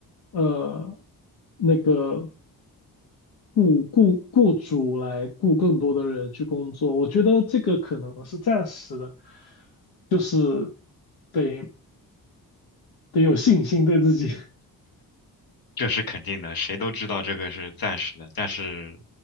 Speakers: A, on the left; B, on the left.
A: 呃，那个雇雇雇主来雇更多的人去工作。我觉得这个可能是暂时的，就是得得有信心对自己，
B: 这是肯定的，谁都知道这个是暂时的，但是